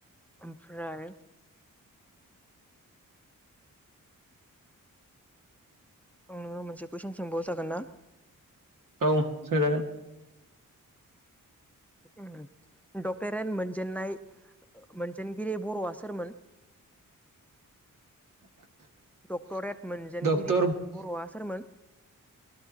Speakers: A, in the centre; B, on the right.
A: ओमफ्राय आं नोनाव मोनसे कुइसन सोंबाव जागोन ना?
B: औ सोंजागोन
A: उम डक्टरेट मोनजेननाय मोनजेनगिरि बर'आ सोरमोन?
B: <unintelligible>
A: डक्टरेट मोनजेनगिरि
B: डक्टर
A: बर'आ सोरमोन?